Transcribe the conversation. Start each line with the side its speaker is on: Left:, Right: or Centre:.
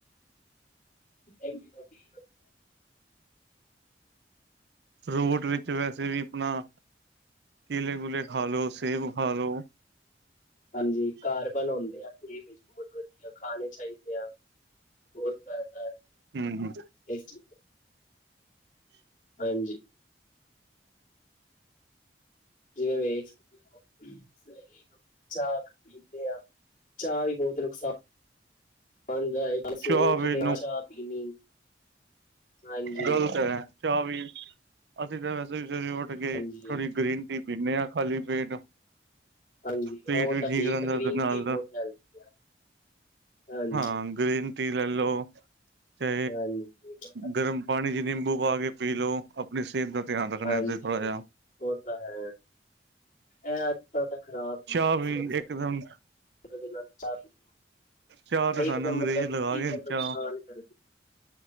Left: ਇਮਿਨਿਟੀ
Right: ਫਰੂਟ ਵਿੱਚ ਵੈਸੇ ਵੀ ਆਪਣਾ ਕੇਲੇ ਕੁਲੇ ਖਾ ਲਓ ਸੇਬ ਖਾ ਲਓ।
Left: ਹਾਂਜੀ ਕਾਰਬਨ ਹੁੰਦੇ ਆ ਏਦੇ ਵਿੱਚ ਬਹੁਤ ਵਧੀਆ ਖਾਣੇ ਚਾਹੀਦੇ ਆ। ਬਹੁਤ ਫਾਇਦਾ
Right: ਹਮ
Left: ਇਸ ਚ ਹਾਂਜੀ, ਜਿਵੇਂ ਵੇਖ ਸਕਦੇ ਹੋ <unintelligible> ਚਾਹ ਪੀਂਦੇ ਆ ਚਾਹ ਵੀ ਬਹੁਤ ਨੁਕਸਾਨ ਦਾਇਕ ਕੱਲ ਸਵੇਰੇ
Right: ਚਾਹ
Left: ਉੱਠਦੇ
Right: ਵੀ
Left: ਆ ਚਾਹ ਪੀਣੀ। ਹਾਂਜੀ
Right: ਗਲਤ ਐ ਚਾਹ ਵੀ ਅਸੀਂ ਤਾਂ ਵੈਸੇ ਵੀ ਸਵੇਰੇ ਉੱਠ ਕੇ
Left: ਹਾਂਜੀ
Right: ਥੋੜੀ ਗ੍ਰੀਨ ਟੀ। ਪੀਨੇ ਆ ਖਾਲੀ ਪੇਟ
Left: ਹਾਂਜੀ
Right: ਪੇਟ
Left: ਉਹ
Right: ਵੀ
Left: ਤਾਂ
Right: ਠੀਕ ਰਹਿੰਦਾ
Left: ਆ ਗ੍ਰੀਨ
Right: ਉਸਦੇ ਨਾਲ
Left: ਟੀ ਬਹੁਤ ਹੈਲਦੀ ਆ ਹਾਂਜੀ
Right: ਹਾਂ, ਗ੍ਰੀਨ ਟੀ ਲੈ ਲਓ ਤੇ।
Left: ਹਾਂਜੀ
Right: ਗਰਮ ਪਾਣੀ ਚ ਨਿੰਬੂ ਪਾ ਕੇ ਪੀ ਲਓ। ਆਪਣੀ ਸਿਹਤ ਦਾ ਧਿਆਨ ਰੱਖਣਾ
Left: ਹਾਂਜੀ
Right: ਤੇ ਥੋੜ੍ਹਾ ਜਾ।
Left: ਉਹ ਤਾਂ ਹੈ ਇਹ ਅੱਜ ਤਾਂ ਤਾਂ ਖ਼ਰਾਬ ਨੇ
Right: ਚਾਹ
Left: ਜਿਵੇਂ
Right: ਵੀ
Left: ਸਵੇਰੇ
Right: ਇੱਕਦਮ
Left: <unintelligible>
Right: ਚਾਹ ਤੇ ਸਾਨੂੰ
Left: ਇੱਕਦਮ
Right: ਅੰਗਰੇਜ਼
Left: ਮਤਲਬ
Right: ਲਗਾ
Left: ਫਿਰ
Right: ਕੇ
Left: ਨੁਕਸਾਨ
Right: ਚਾਹ
Left: ਕਰਦੀ